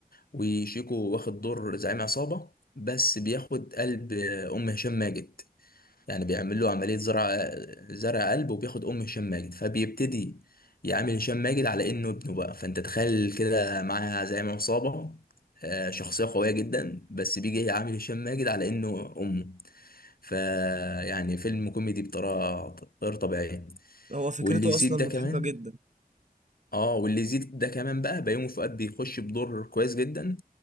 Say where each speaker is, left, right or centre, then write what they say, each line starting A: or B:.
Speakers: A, on the left; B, on the right.
A: وشيكو واخد دور زعيم عصابة بس بياخد قلب آه، أم هشام ماجد يعني بيعمل له عملية زرع زرع قلب وبياخد أم هشام ماجد فبيبتدي يعامل هشام ماجد على إنه ابنه بقى فأنت تخيل كده معاه زعيم عصابة آه، شخصية قوية جدا بس بيجي يعامل هشام ماجد على إنه أمه فيعني فيلم كوميدي بطريقة غير طبيعية
B: هو فكرته
A: واللي يزيد
B: أصلا
A: ده
B: مضحكة
A: كمان
B: جدا
A: اه واللي يزيد ده كمان بقى بيومي فؤاد بيخش بدور كويس جدا